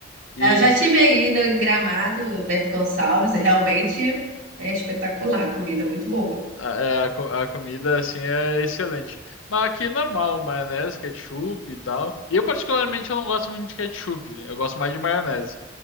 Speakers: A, on the left (about 85°); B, on the right (about 85°).
A: E
B: Eu já tive aí no em Gramado, Bento Gonçalves, e realmente é espetacular, a comida é muito boa.
A: a, é, a, co- a comida, assim, é excelente. Mas aqui, é normal, maionese, ketchup e tal. E eu, particularmente, eu não gosto muito de ketchup. né? Eu gosto mais de maionese.